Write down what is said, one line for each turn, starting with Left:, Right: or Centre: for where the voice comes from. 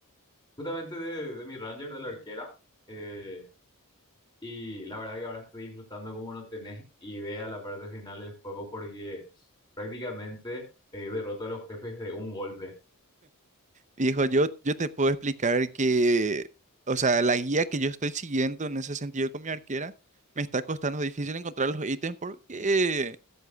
Left: justamente de, de mi Ranger, de la arquera. eh, Y la verdad que ahora estoy disfrutando como no tenés idea la parte final del juego porque prácticamente eh, derroto a los jefes de un golpe.
Right: Viejo, yo, yo te puedo explicar que, o sea, la guía que yo estoy siguiendo en ese sentido con mi arquera, me está costando difícil encontrar los ítems porque